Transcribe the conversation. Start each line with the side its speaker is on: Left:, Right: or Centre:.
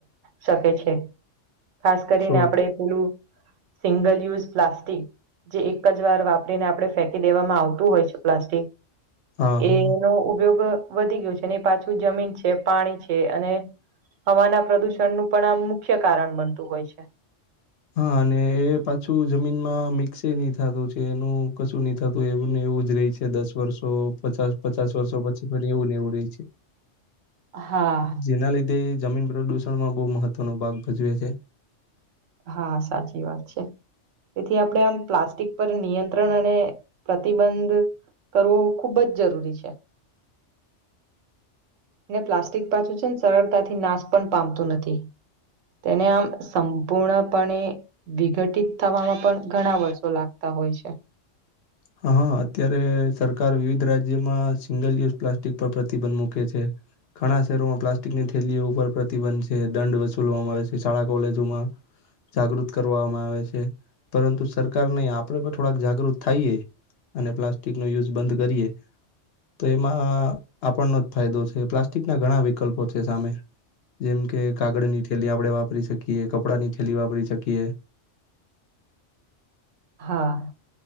Right: શકે છે ખાસ કરીને
Left: છોડ
Right: આપડે પેલું સિંગલ યુઝ પ્લાસ્ટિક જે એક જ વાર વાપરીને આપણે ફેંકી દેવામાં આવતું હોય છે પ્લાસ્ટિક
Left: હા હા
Right: એ એનો ઉપયોગ વધી ગયો છે પાછું જમીન છે પાણી છે અને હવાના પ્રદુષણનું પણ આમ મુખ્ય કારણ બનતું હોય છે
Left: હા અને એ પાછું જમીનમાં મિક્સ નહી થતું છે એનું કશું નહી થતું એ બ એવું જ રહી છે દસ વર્ષો પચાસ પચાસ વર્ષો પછી એવું નને એવું રે છે
Right: હા
Left: જેના લીધે જમીન પ્રદૂષણમાં બહુ મહત્વનો ભાગ ભજવે છે
Right: હા સાચી વાત છે તેથી આપણે આમ પ્લાસ્ટિક પર નિયંત્રણ અને પ્રતિબંધ કરવો ખૂબ જ જરૂરી છે પ્લાસ્ટિક પાછું છે ને સરળતાથી નાશ પણ પામતું નથી તેને આમ સમ પૂર્ણપણે વિઘટિત થવામાં પણ ઘણા વર્ષો લાગતા હોય છે
Left: હા હા અત્યારે સરકાર વિવિધ રાજ્યમાં સિંગલ યુઝ પ્લાસ્ટિક પર પ્રતિબંધ મૂકે છે ઘણા શહેરોમાં પ્લાસ્ટિકની ઠેલીઓ ઉપર પ્રતિબંધ છે દંડ વસૂલવામાં આવે છે શાળા કોલેજોમાં જાગૃત કરવામાં આવે છે પરંતુ સરકાર નહી આપડે પણ થોડાક જાગૃત થાઈએ અને પ્લાસ્ટિક નો યુઝ બંધ કરીએ તો એમાં આપણનો જ ફાયદો છે પ્લાસ્ટિકના ઘણા વિકલ્પો છે સામે જેમ કે કાગળ ની થેલી આપડે વાપ વાપરી શકીએ કપડાની થેલી વાપરી શકીએ
Right: હા